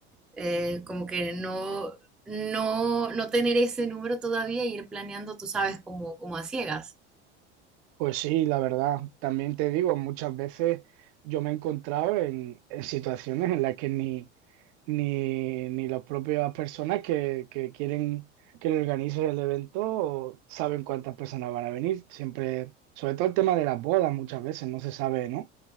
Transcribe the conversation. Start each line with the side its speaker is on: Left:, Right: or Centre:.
Centre: eh, como que no, no, no tener ese número todavía y ir planeando, tú sabes, como, como a ciegas.
Right: Pues sí, la verdad, también te digo, muchas veces yo me he encontrado en, en situaciones en las que ni, ni, ni las propias personas que, que quieren que le organicen el evento saben cuántas personas van a venir. Siempre, sobre todo el tema de las bodas, muchas veces no se sabe, ¿no?